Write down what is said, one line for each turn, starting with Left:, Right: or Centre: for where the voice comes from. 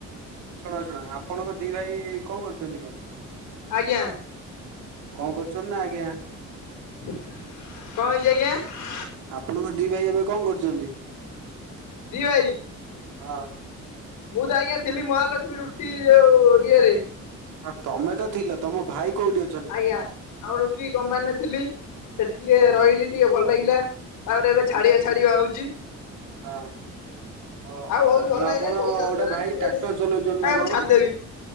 Right: ଶୁଣ ଶୁଣ ଆପଣଙ୍କ ଦି ଭାଇ କଣ କରୁଛନ୍ତି କି ଏବେ?
Left: ଆଜ୍ଞା।
Right: କଣ କରୁଛନ୍ତି ନା ଆଜ୍ଞା।
Left: କଣ ହେଇଛି ଆଜ୍ଞା?
Right: ଆପଣଙ୍କ ଦି ଭାଇ ଏବେ କଣ କରୁଛନ୍ତି?
Left: ଦି ଭାଇ।
Right: ହଁ।
Left: ମୁଁ ତ ଆଜ୍ଞା ଥିଲି ମହାଲକ୍ଷ୍ମୀ ରୁଟି ଯୋଉ ଇଏରେ
Right: ହଁ ତମେ ତ ଥିଲ ତମ ଭାଇ କୋଉଠି ଅଛନ୍ତି?
Left: ଆଜ୍ଞା
Right: କୁହ?
Left: ଆଉ ରୁଟି କମ୍ପାନୀରେ ଥିଲି। ସେଠି ଟିକେ
Right: ହଁ
Left: ରହିଲି ଟିକେ ଭଲ ଲାଗିଲା ତାପରେ ଏବେ
Right: ହଁ
Left: ଛାଡିବା ଛାଡିବା ହଉଛି।
Right: ହଁ ଓହୋ
Left: ଆଉ ବହୁତ
Right: ହଁ
Left: ଭଲ ଲାଗିଲେ
Right: ଆପଣ
Left: ପଇସା
Right: ଗୋଟେ
Left: ଦେଲେନି
Right: ଭାଇ
Left: ମୁଁ କହିଲି
Right: ଟ୍ରାକ୍ଟର ଚଲଉଛନ୍ତି ନା
Left: ହେ
Right: କଣ?
Left: ମୁଁ ଛାଡିଦେବି।